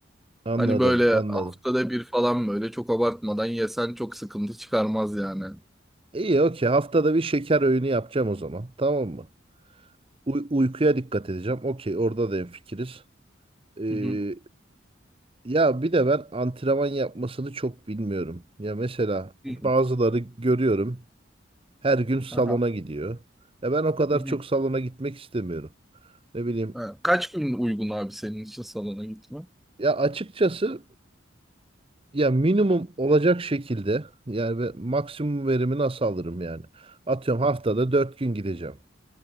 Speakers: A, on the right; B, in the centre.
A: anladım,
B: Hani böyle
A: anladım.
B: haftada bir falan böyle çok abartmadan yesen çok sıkıntı çıkarmaz yani. Hı
A: İyi, okey. Haftada bir şeker öğünü yapacağım o zaman. Tamam mı? Uy- uykuya dikkat edeceğim. Okey, orada da hemfikiriz. Ee,
B: hı.
A: ya bir de ben antrenman yapmasını çok bilmiyorum. Ya mesela
B: Hı
A: bazıları
B: Hı.
A: görüyorum. Her gün salona
B: Aha.
A: gidiyor. Ya ben o kadar
B: Hı hı.
A: çok salona gitmek istemiyorum. Ne bileyim.
B: Ha, Kaç gün uygun abi senin için salona gitme?
A: Ya açıkçası ya minimum olacak şekilde yani ve maksimum verimi nasıl alırım yani? Atıyorum haftada 4 gün gideceğim